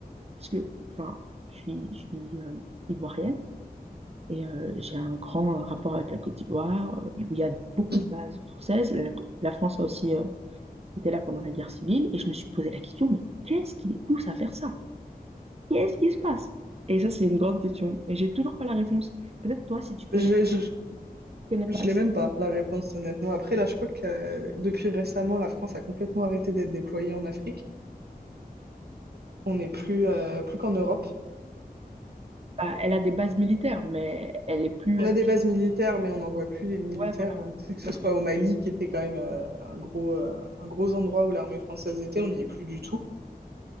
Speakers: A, on the right (about 40°); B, on the right (about 80°).
A: parce que, enfin, je suis, je suis euh, ivoirienne. Et euh, j'ai un grand euh, rapport avec la Côte d'Ivoire, euh, où il y a beaucoup
B: Mm.
A: de bases françaises. La, la France a aussi euh, été là pendant la guerre civile. Et je me suis posé la question, mais qu'est-ce qui les pousse à faire ça? Qu'est-ce qui se passe? Et ça, c'est une grande question. Et j'ai toujours pas la réponse. Peut-être toi, si tu connais
B: je l'ai,
A: des gens,
B: je,
A: tu connais
B: je
A: pas.
B: l'ai même pas la réponse honnêtement. Après là, je crois que euh, depuis récemment, la France a complètement arrêté d'être déployée en Afrique. On n'est plus, euh, plus qu'en Europe.
A: Bah, elle a des bases militaires, mais elle est plus
B: On
A: active.
B: a des bases militaires, mais on n'envoie plus les militaires.
A: Ouais, voilà,
B: euh,
A: exactement.
B: Que ce soit au Mali, qui était quand même euh, un gros, euh, un gros endroit où l'armée française était, on n'y est plus du tout.